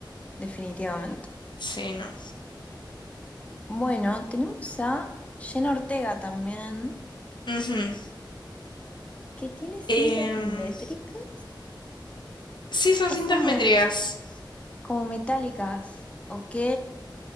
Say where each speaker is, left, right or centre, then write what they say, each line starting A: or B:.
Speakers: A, on the left; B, on the left.
A: definitivamente.
B: Sí, no.
A: Bueno, tenemos a Jenna Ortega también,
B: Ujú.
A: que tiene cintas
B: Em,
A: métricas.
B: sí, son
A: Es
B: cintas
A: como,
B: métricas.
A: como metálicas, ¿ok?